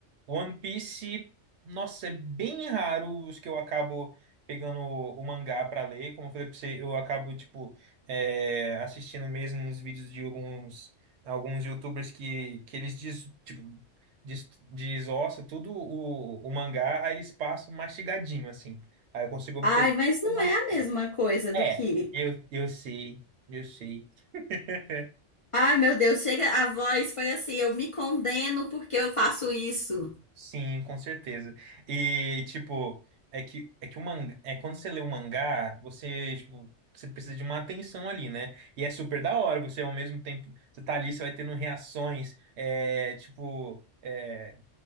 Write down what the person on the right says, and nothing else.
One Piece, nossa, é bem raro os que eu acabo pegando o, o mangá pra ler. Como eu falei pra você, eu acabo tipo é, assistindo mesmo os vídeos de alguns alguns YouTubers que que eles diz, tipo des- desossa tudo o, o mangá, aí eles passam mastigadinho, assim. Aí eu consigo obter
informação.
É,
eu, eu sei, eu sei. <laughs>
Sim, com certeza. E, tipo, é que, é que o mangá, é quando você lê um mangá, você, tipo, você precisa de uma atenção ali, né? E é super da hora, você ao mesmo tempo, você tá ali, você vai tendo reações, é, tipo, é,